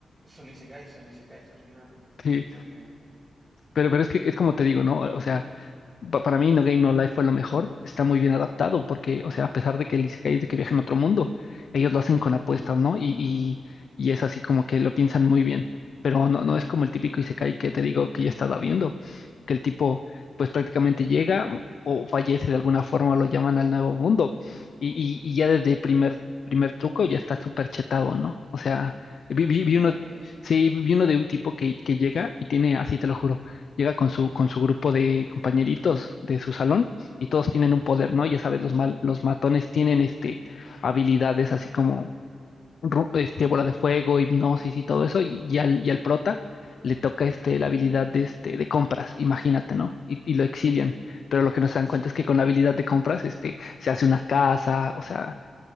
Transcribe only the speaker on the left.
Sí.
Pero, pero es que es como te digo, ¿no? O sea, pa- para mí No Game No Life fue lo mejor. Está muy bien adaptado porque, o sea, a pesar de que el Isekai es de que viaja en otro mundo, ellos lo hacen con
apuestas, ¿no? Y, y, y es así como que lo piensan muy bien. Pero no, no es como el típico Isekai que te digo que yo he estado viendo, que el tipo pues prácticamente llega mm, o fallece de alguna forma, lo llaman al nuevo mundo. Y, y, y ya desde el primer, primer truco ya está súper chetado, ¿no? O sea, vi,
vi,
vi uno,
sí, vi uno de un tipo que, que llega y tiene, así te lo juro llega con su, con su grupo de compañeritos de su salón y todos tienen un poder, ¿no? Ya sabes, los mal, los matones tienen este habilidades así como ru- este bola de fuego, hipnosis y todo eso, y, y al, y al prota le toca este la habilidad de este de compras, imagínate, ¿no? Y, y lo exilian. Pero lo que no
se dan cuenta es que con la habilidad de compras, este, se hace una casa, o sea,